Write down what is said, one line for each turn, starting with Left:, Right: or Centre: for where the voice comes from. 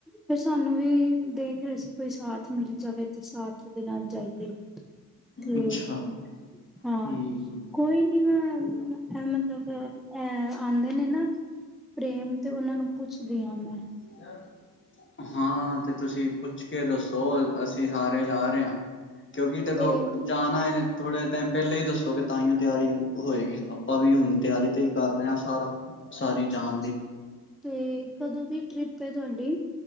Centre: ਫਿਰ ਸਾਨੂੰ ਵੀ ਦੇਖ ਰਹੇ ਸੀ ਕੋਈ ਸਾਥ ਮਿਲ ਜਾਵੇ ਤੇ ਸਾਥ ਦੇ ਨਾਲ ਜਾਈਏ ਠੀਕ
Left: ਅੱਛਾ
Centre: ਹਾਂ
Left: ਹੂੰ
Centre: ਕੋਈ ਨੀ ਮੈ ਮ ਮਤਲਬ ਐ ਆਉਂਦੇ ਨੇ ਨਾ ਪ੍ਰੇਮ ਤੇ ਉਹਨਾਂ ਨੂੰ ਪੁੱਛਦੀ ਹਾਂ ਮੈਂ
Left: <unintelligible> ਹਾਂ ਤੇ ਤੁਸੀਂ ਪੁੱਛ ਕੇ ਦੱਸੋ ਅਸੀਂ ਸਾਰੇ ਜਾ ਰਹੇ ਹਾਂ ਕਿਉਂਕਿ ਦੇਖੋ
Centre: ਤੇ
Left: ਜਾਣਾ ਹੈ ਥੋੜ੍ਹੇ ਟਾਈਮ ਪਹਿਲੇ ਹੀ ਦੱਸੋਗੇ ਤਾਂ ਹੀ ਓ ਤਿਆਰੀ ਹੋਏਗੀ ਆਪਾਂ ਵੀ ਹੁਣ ਤਿਆਰੀ ਤੇ ਹੀ ਕਰ ਰਿਹਾਂ ਸਾਰਾ ਸਾਰੀ
Centre: ਅੱਛਾ
Left: ਜਾਣ
Centre: ਅੱਛਾ
Left: ਦੀ।
Centre: ਤੇ ਕਦੋਂ ਦੀ ਟ੍ਰਿਪ ਹੈ ਤੁਹਾਡੀ